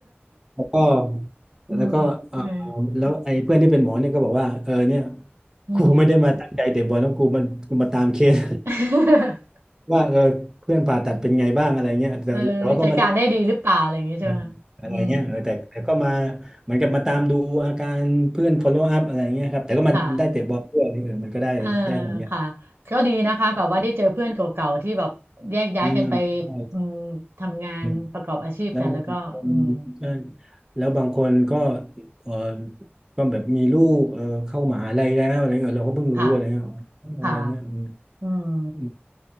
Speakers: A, on the right; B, on the right.
A: แล้วก็
B: อืมเออ
A: แล้วก็เออแล้วไอ้เพื่อนที่เป็นหมอเนี่ยก็บอกว่าเออเนี่ย
B: อืม
A: กูไม่ได้มาตั้งใจเตะบอลนะกูมันกูมาตามเคส
B: <laughs>
A: <laughs> ว่าเออเพื่อนผ่าตัดเป็นไงบ้างอะไรเงี้ยแต่แต่ว่าก็ไม่ได้
B: เออจัดการได้ดีหรือเปล่าอะไรอย่างเงี้ยใช่ไหมคะอืม
A: เอออะไรเงี้ยเออแต่แต่ก็มาเหมือนกับมาตามดูอาการเพื่อน follow up อะไรเงี้ยครับแต่ก็มาได้เตะบอลด้วยเออมันก็ได้ได้ของอย่าง
B: ค่ะเออค่ะก็ดีนะคะแบบว่าได้เจอเพื่อนเก่าๆที่แบบแยกย้ายกันไป
A: อืมใช่
B: อืมทำงานประกอบอาชีพกันแล้วก็อืม
A: อืม แล้วบางคนใช่แล้วบางคนก็เออก็แบบมีลูกเออเข้ามหาลัยแล้วอะไรเงี้ยเราก็เพิ่งรู้อะไรเงี้ยอ๋ออะไรเงี้ยอืม
B: ค่ะ ค่ะอืม
A: อืม